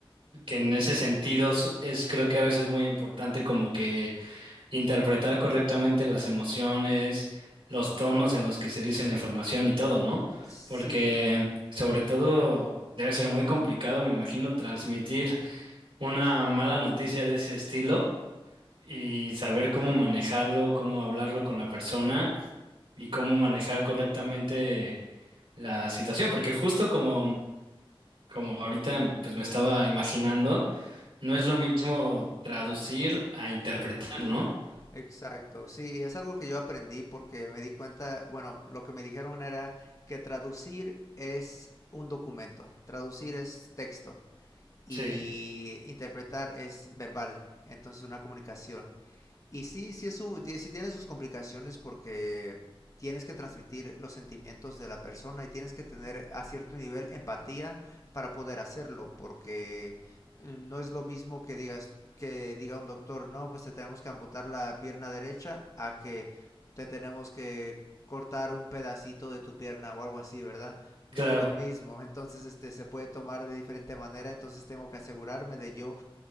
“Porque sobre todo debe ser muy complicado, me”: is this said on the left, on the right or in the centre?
Right